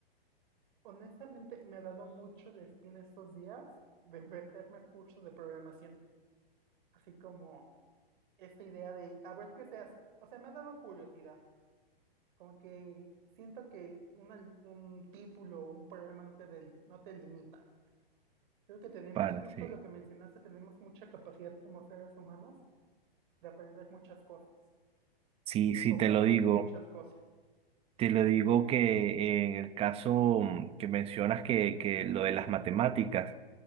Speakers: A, on the right (about 55°); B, on the right (about 20°).
A: honestamente me ha dado mucho la espina estos días de meterme a cursos de programación, así como esta idea de a ver qué seas. O sea, me ha dado curiosidad, como que siento que una- li- un título o un programa no te, del- no te limita. Creo que tenemos
B: Para,
A: justo
B: sí.
A: lo que mencionaste, tenemos mucha capacidad como seres humanos de aprender muchas cosas,
B: Sí,
A: de
B: sí,
A: enfocarnos
B: te lo digo.
A: en muchas cosas.
B: Te lo digo que en el caso mm, que mencionas que, que lo de las matemáticas,